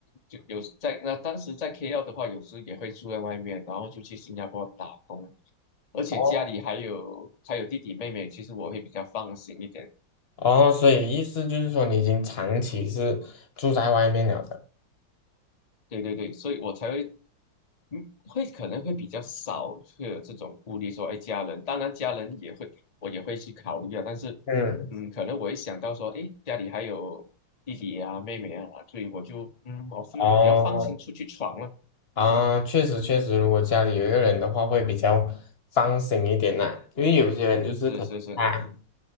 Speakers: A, on the left; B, on the left.
A: 就有在那当时在 KL 的话，有时也会住在外面，然后就去新加坡打工。而且家里还有还有弟弟妹妹，
B: 哦。
A: 其实我会比较放心一点。
B: 哦，所以意思就是说你已经长期是住在外面了的。
A: 对对对，所以我才会嗯，会可能会比较少会有这种顾虑说，哎，家人，当然家人也会，我也会去考虑啊。但是，
B: 嗯，
A: 嗯，可能我一想到说，哎，家里还有弟弟啊、妹妹啊，所以我就嗯，我就比较放心出去闯了。
B: 哦，啊，确实确实，如果家里有一个人的话，会比较放心一点啦。因为有些人就是可能他
A: 是是是，